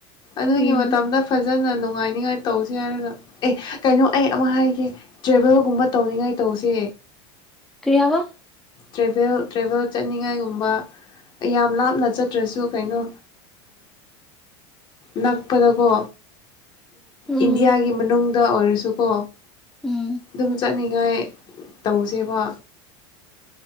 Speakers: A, on the left; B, in the centre.
A: ꯑꯗꯨꯒꯤ
B: ꯎꯝ
A: ꯃꯇꯝꯗ ꯐꯖꯅ ꯅꯨꯡꯉꯥꯏꯅꯤꯉꯥꯏ ꯇꯧꯁꯤ ꯍꯥꯏꯔꯒ ꯑꯦ ꯀꯩꯅꯣ ꯑꯩ ꯑꯃ ꯍꯥꯏꯒꯦ ꯇ꯭ꯔꯦꯚꯦꯜꯒꯨꯝꯕ ꯇꯧꯅꯤꯡꯉꯥꯏ ꯇꯧꯁꯦ
B: ꯀꯔꯤ ꯍꯥꯏꯕ
A: ꯇ꯭ꯔꯦꯕꯦꯜ ꯇ꯭ꯔꯦꯕꯦꯜ ꯆꯠꯅꯤꯡꯉꯥꯏꯒꯨꯝꯕ ꯌꯥꯝ ꯂꯥꯞꯅ ꯆꯠꯇ꯭ꯔꯁꯨ ꯀꯩꯅꯣ ꯅꯛꯄꯗꯀꯣ
B: ꯎꯝ
A: ꯏꯟꯗꯤꯌꯥꯒꯤ ꯃꯅꯨꯡꯗ ꯑꯣꯏꯔꯁꯨꯀꯣ
B: ꯎꯝ
A: ꯑꯗꯨꯝ ꯆꯠ ꯍꯥꯏꯅꯤꯡꯉꯥꯏ ꯇꯧꯁꯦꯕ